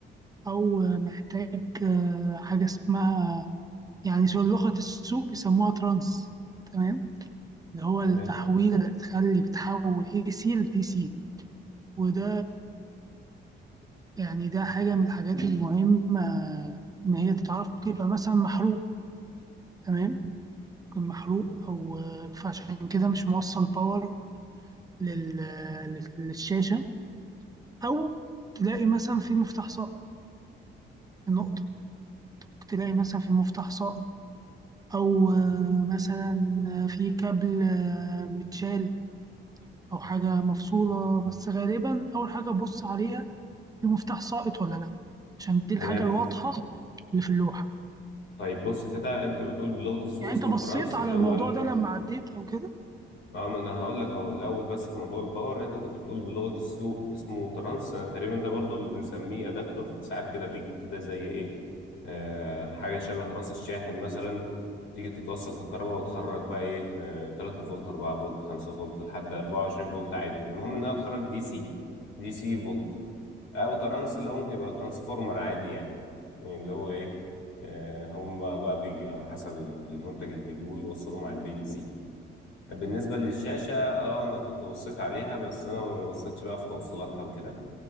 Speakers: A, on the right; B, on the left.
A: او محتاج حاجه اسمها يعني شو لغه السوق بيسموها ترانس تمام اللي هو
B: تمام
A: التحويل اللي بتخلي بتحول اي سي لدي سي وده يعني ده حاجة من الحاجات المهمة إن هي تتعرف بيبقى مثلا محروق تمام يكون محروق أو فعشان كده مش موصل باور لل- للشاشة أو تلاقي مثلا في مفتاح ساقط نقطة تلاقي مثلا في مفتاح ساقط أو مثلا في كابل متشال أو حاجة مفصولة بس غالبا أول حاجة أبص عليها في مفتاح ساقط ولا لا عشان دي
B: تمام
A: الحاجة الواضحة اللي في اللوحة
B: طيب بص كده انت بتقول بلغة السوق
A: يعني
B: اسمه
A: انت بصيت
B: ترانس
A: على
B: اللي
A: الموضوع
B: هو ال
A: ده لما عديت او كده
B: اه ما انا هقول لك اهو الاول بس في موضوع الباور انت كنت بتقول بلغه السوق اسمه ترانس أنا تقريبا ده برضو اللي بنسميه ادابتور ساعات كده بيجي كده زي ايه آه حاجه شبه راس الشاحن مثلا تيجي تتوصل في الكهرباء وتخرج بقى ايه آه 3 فولت 4 فولت 5 فولت لحد 24 فولت عادي المهم انها تخرج دي سي دي سي فولت او ترانس اللي هو ممكن يبقى ترانسفورمر عادي يعني يعني اللي هو ايه آه هم بقى بقى بيجي على حسب المنتج اللي بيجيبوه يوصلوه مع البيلز بالنسبة للشاشة اه انا كنت بصيت عليها بس انا ما بصيتش بقى في توصيلاتها وكده